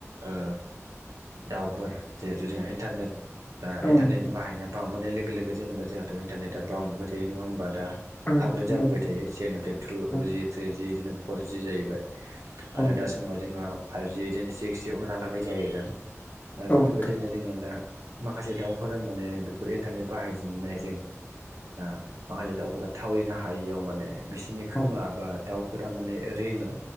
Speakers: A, on the right (about 85°); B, on the left (about 30°).
A: ओ दाउफोर जिहेथु जों इन्टारनेट दा
B: औ
A: इन्टारनेटनि
B: नोंथां
A: बाहायनाया बांबोनाय लोगो लोगो जेनेबा जोंहाथ' इन्टारनेटआ बांबोबाय थायो नङा ओमबा दा
B: औ
A: आपग्रेड
B: नोंथां
A: जाबोबाय थायो से निफ्राय टु
B: औ
A: जि थ्रिजि बिदिनो फर जि जाहैबाय।
B: औ
A: आरो
B: नोंथां
A: दा समाव जोङो फाइभजि बिदिनो सिक्सजि उनहा लागै जाहैगोन। दा
B: औ
A: बेफोरबायदिनो
B: नोंथां
A: जोंहा दा माखासे दाउफोरा माने बेफोर इन्टारनेट बाहायजेनन्नायजों दा माखासे दाउफोरा थावरिनो हा हायियाव माने बिसिनि खोमा
B: औ
A: बा दाउफोरा माने रिङो।